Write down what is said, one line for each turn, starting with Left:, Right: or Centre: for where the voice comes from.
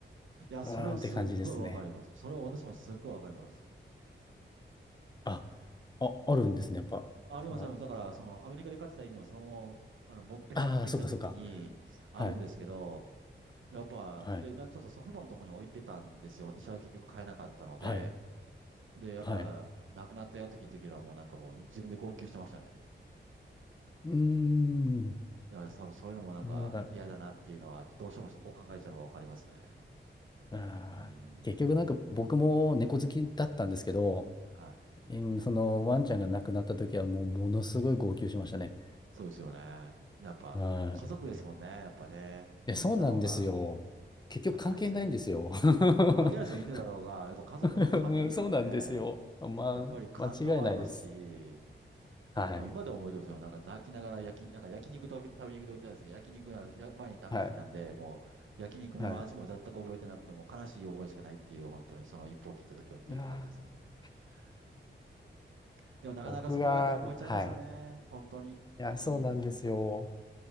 Right: いや、
Left: うーんって感じですね。
Right: それはすっごいわかります。それは私もすっごいわかります。
Left: あ、あ、あるんですね、やっぱ。
Right: あります、
Left: その、
Right: あります。だから、その、アメリカで飼ってた犬をそのまま、あの、持って帰ってきたときに、
Left: ああ、そうかそうか。
Right: あるんですけど、
Left: はい、
Right: やっぱ、
Left: はい、
Right: で、な、ちょっと祖父母のとこに置いてたんですよ。私は結局飼えなかったので。
Left: はい、
Right: で、やっぱ、
Left: はい。
Right: 亡くなったよって聞いたときにはもうなんかもう自分で号泣してましたね。
Left: うーん、
Right: だから多分そういうのもなんか嫌だなっていうのは、
Left: なんか、
Right: どうしてもそこを考えちゃうのがわかりますね。
Left: あー結局なんか僕も猫好きだったんですけど、
Right: うーん。はい。
Left: うんそのワンちゃんが亡くなった時はもうものすごい号泣しましたね。
Right: そうですよね。やっぱ、
Left: はい
Right: 家族ですもんね。やっぱね。犬だろうが。
Left: や、そうなんですよ。結局関係ないんですよ。
Right: やっぱ愛着、うん。
Left: <laughs>
Right: 関係ないですよ、犬だろうが、やっぱ家族のファミリーなので、
Left: うんそうなんですよ。まあ、
Right: やっぱり感情はありますし、
Left: 間違いないです。はい。
Right: もう今でも覚えてますよ。なんか泣きながら焼き、なんか焼肉食べ、食べに行くと言ってたんですけど、焼肉なんですや、前にた聞いたんで、
Left: はい。
Right: もう焼肉もの味も全く覚えてなくてもう悲しい覚えしかないっていう、
Left: はい。
Right: 本当にその一歩を聞いた時はっていう感じですね。
Left: うわー
Right: うんでもなかなかそこはやっぱ思いちゃいますよね。
Left: 僕が、はい。
Right: 本当に。
Left: いや、そうなんですよ。
Right: うん。